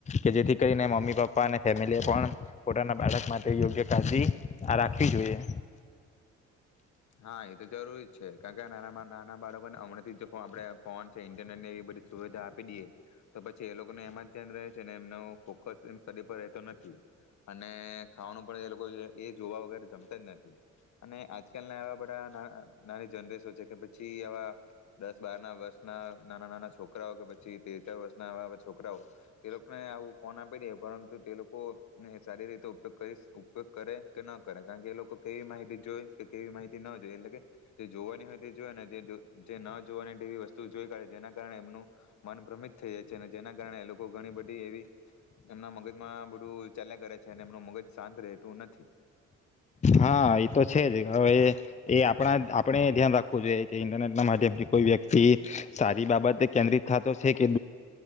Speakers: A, on the left; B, on the left.
A: કે જેથી કરીને મમ્મી પ પપ્પા અને ફેમિલીએ પણ પોતાના બાળક માટે યોગ્ય કાળજી રાખવી જોઈએ
B: હા એ તો જરૂરી છે કારણ કે નસ નાના બાળકોને હમણાં થી આપણે ફોન છે ઇન્ટરનેટ ને એવી બધી સુવિધા આપી દઈએ તો પ છી એ લોકોને એમાં જ ધ્યાન રહે છે એમનો ફોકસ એ સ્ટડી પર રહેતો નથી અને ખાવાનું પણ એ લોકો એ જોવા વગેરે જમતા જ નથી અને આજ કાલ ના આવા બધા નાની જનરેશો છે કે પછી આવા દસ બાર ના વર્ષ ના નાના નાના છોકરાઓ કે પછી તેર ચાર વર્ષ ના આવા છોકરાઓ તે લોકોને આવું ફોન આપી દે પરંતુ તે લોકો ને સારી રીતે ઉપયોગ કરી ઉપયોગ કરે કે ન કરે કારણ કે એ લોકો કેવી માહિતી જોઈ કેવી માહિતી ન જોઈ એટલે કે જે જોવાની હોય તે જોને જે ન જોવાનીવી વસ્તુ જોઈ કઢે જેના કારણે એમનું મન ભ્રમિત થઈ જાય છે જેના કારણે લોકો ઘણી બધી એવી એમના મગજમાં બધું ચાલ્યા કરે છે અને એમનું મગજ શાંત રહેતું નથી
A: હા એ તો છે જ હવે એ આપણા આપણે ધ્યાન રાખવું જોઈએ કે ઇન્ટરનેટ ના માધ્યમથી કોઈ વ્યક્તિ સારી બાબતે કેન્દ્રિત થતો છે કે